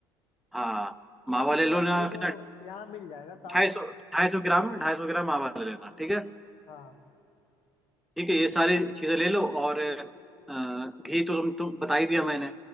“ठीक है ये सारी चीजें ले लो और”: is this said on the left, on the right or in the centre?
Centre